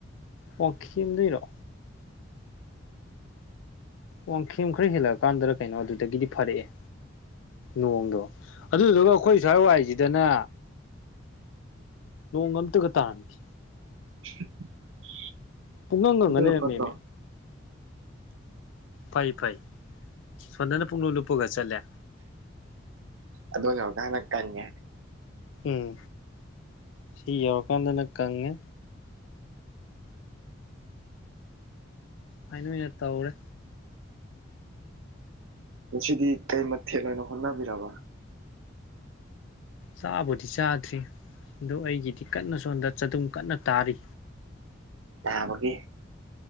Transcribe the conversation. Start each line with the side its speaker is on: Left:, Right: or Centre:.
Left: ꯋꯥꯡꯈꯦꯝ ꯂꯩꯔꯣ ꯋꯥꯡꯈꯦꯝ ꯈꯔ ꯍꯦꯜꯂꯛꯑ ꯀꯥꯟꯗ ꯀꯩꯅꯣ ꯑꯗꯨꯗꯒꯤꯗꯤ ꯐꯔꯛꯑꯦ ꯅꯣꯡꯗꯣ ꯑꯗꯨꯗꯨꯒ ꯑꯩꯈꯣꯏ ꯁ꯭ꯋꯥꯏ ꯋꯥꯏꯁꯤꯗꯅ ꯅꯣꯡ ꯑꯃꯝꯇꯒ ꯇꯥꯟꯍꯈꯤ
Right: <inaudible>
Left: ꯄꯨꯨꯡꯣꯣꯅ
Right: ꯑꯗꯨꯅ
Left: ꯂꯩꯦ
Right: ꯐꯠꯇ꯭ꯔꯣ
Left: ꯃꯦꯝꯃꯦ ꯐꯩ ꯐꯩ ꯁꯣꯗꯅ ꯄꯨꯡꯂꯣ ꯂꯨꯞꯄꯒ ꯆꯠꯂꯦ
Right: ꯑꯗꯅꯦꯒꯅ ꯀꯪꯦ
Left: ꯎꯝ ꯁꯤ ꯌꯧꯔꯀꯥꯟꯗꯅ ꯀꯪꯉꯦ ꯑꯩꯅ ꯑꯣꯏꯅ ꯇꯧꯔꯦ
Right: ꯉꯁꯤꯗꯤ ꯀꯩ ꯃꯊꯦꯜꯠ ꯑꯣꯏꯅ ꯍꯣꯠꯅꯕꯤꯔꯕ
Left: ꯆꯥꯕꯨꯗꯤ ꯆꯥꯗ꯭ꯔꯤ ꯑꯣ ꯑꯩꯒꯤꯗꯤ ꯀꯟꯅ ꯁꯣꯟꯗ ꯆꯗꯨꯝ ꯀꯟꯅ ꯇꯥꯔꯤ
Right: ꯂꯕꯒꯦ